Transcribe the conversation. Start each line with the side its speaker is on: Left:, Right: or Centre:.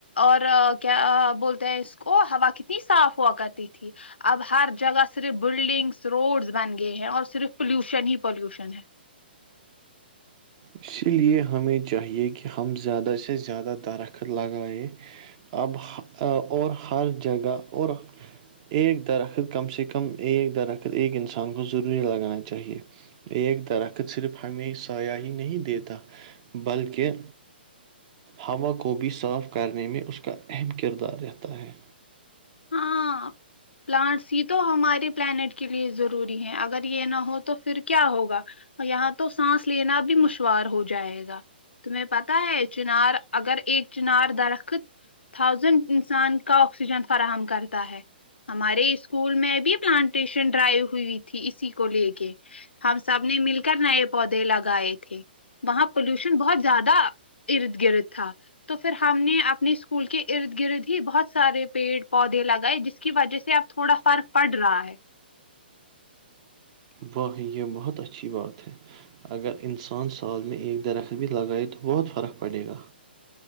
Left: اور کیا بولتے ہیں اس کو ہوا کتنی صاف ہوا کرتی تھی اب ہر جگہ صرف بلڈنگس روڈس بن گئے ہیں اور صرف پولوشن ہی پولوشن ہے
Right: اسی لیے ہمیں چاہیے کہ ہم زیادہ سے زیادہ درخت لگائیں اب اور ہر جگہ اور ایک درخت کم سے کم ایک درخت ایک انسان کو ضروری لگانا چاہیے ایک درخت صرف ہمیں سیہ ہی نہیں دیتا بلکہ ہوا کو بھی صاف کرنے میں اس کا اہم کردار رہتا ہے
Left: ہاں پلانٹس ہی تو ہمارے پلانیٹ کے لیے ضروری ہے اگر یہ نہ ہو تو پھر کیا ہوگا یہاں تو سانس لینا بھی مشوار ہو جائے گا تمہیں پتتا ہے چنار اگر ایک چنار درخت تھاؤزینڈ انسان کا آکسیجن فراہم کرتا ہے ہمارے اسکول میں بھی پلانٹیشن ڈرائیو ہوئی تھی اسی کو لے کے ہم سب نے مل کر نئے پودے لگائے تھے وہاں پولوشن بہت زیادہ ارد گرد تھا تو پھر ہم نے اپنے اسکول کے ارد گرد ہی بہت سارے پیڑ پودے لگائے جس کی وجہ سے اب تھوڑا فرق پڑ رہا ہے
Right: واہح یہ بہت اچھی بات ہے اگر انسان سال میں ایک درخت بھی لگائے تو بہت فرق پڑے گا